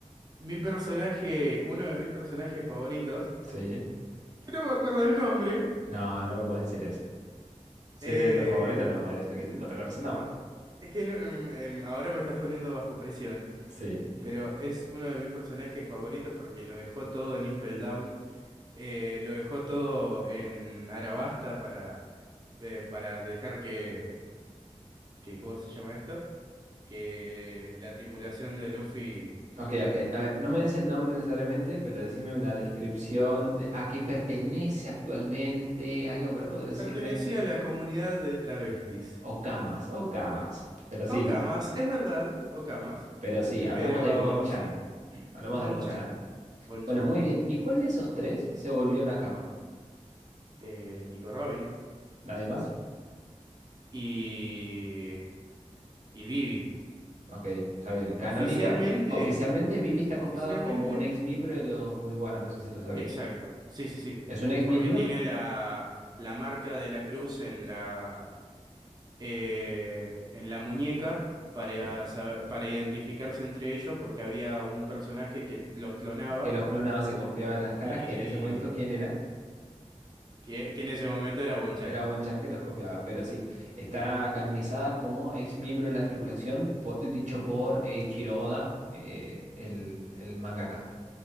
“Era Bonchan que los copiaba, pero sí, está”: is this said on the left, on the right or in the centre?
Right